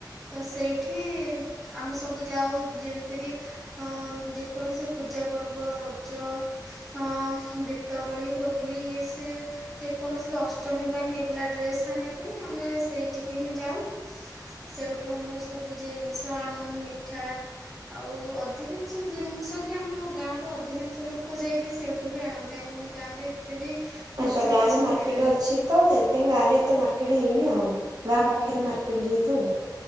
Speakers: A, in the centre; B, on the right.
A: ତ ସେଇଠି ଆମେ ସବୁ ଯାଉ ଯେମିତିକି ହଁ ଯେକୌଣସି ପୂଜା ପର୍ବ ରଜ ହଁ ଦୀପାବଳି ହୋଲି ଇଏ ସେ ଯେକୌଣସି ବି ଅଷ୍ଟମୀ ପାଇଁ ହେଇଗଲା ଡ୍ରେସ୍ ଆଣିବା ପାଇଁ ଆମେ ସେଇଠିକି ହିଁ ଯାଉ। ସେଇଠୁ ଆମେ ସବୁ ଜିନିଷ ଆଣୁ ମିଠା ଆଉ ଅଧିକାଂଶ ଜିନିଷ କି ଆମ ଗାଁର ଅଧିକାଂଶ ଲୋକ ତ ଯାଇକି ସେଇଠୁ ବି ଆଣନ୍ତି ଆମ ଗାଁରେ ଏତେ ବି ଜିନିଷ
B: ଆଚ୍ଛା ଗାଁ
A: କିଛି
B: ରେ ମାର୍କେଟ
A: ମିଳେନି।
B: ଅଛି ତ ସେଥିପାଇଁ ଗାଁ ରେ ଏତେ ମାର୍କେଟ୍ ହେଇନି ଆଉ ଗାଁ ପାଖରେ ମାର୍କେଟ୍ ଯେହେତୁ।